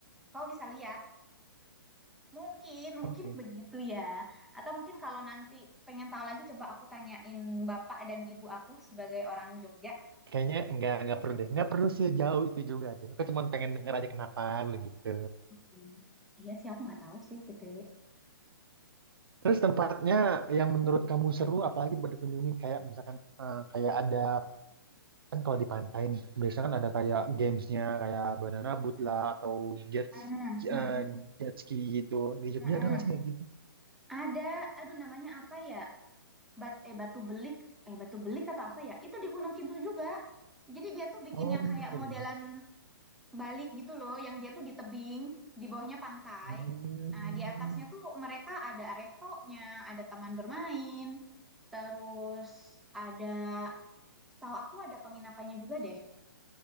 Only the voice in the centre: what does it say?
kau bisa lihat. Mungkin, mungkin
begitu ya. Atau mungkin kalau nanti pengen tahu lagi, coba aku tanyain bapak dan ibu aku sebagai orang Jogja.
Hmm. Iya sih, aku nggak tahu sih, BTW.
Hmm, hmm, hmm.
Mm-mm.
Ada, aduh namanya apa ya? Bat, eh batu belik, eh batu belik atau apa ya? Itu di Gunung Kidul juga. Jadi dia tuh bikin
yang kayak
modelan Bali gitu loh, yang dia tuh di tebing, di bawahnya pantai.
Nah, di atasnya tuh mereka ada restonya, ada taman bermain, terus ada, setahu aku ada penginapannya juga deh.